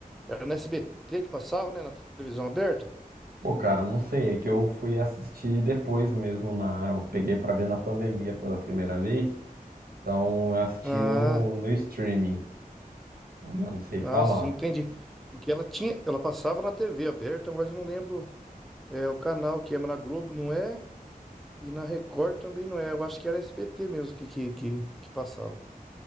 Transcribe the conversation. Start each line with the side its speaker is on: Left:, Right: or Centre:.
Centre: era no SBT que passava, né, na televisão aberta?
Right: Pô, cara, não sei, é que eu fui assistir depois mesmo na, eu peguei pra ver na pandemia pela primeira vez. Então eu assisti
Centre: Ah,
Right: no, no streaming. Eu já não sei falar.
Centre: ah, sim, entendi. Porque ela tinha, ela passava na TV aberta, mas eu não lembro, é, o canal que é, mas na Globo não é, e na Record também não é. Eu acho que era SBT mesmo que que, que, que passava.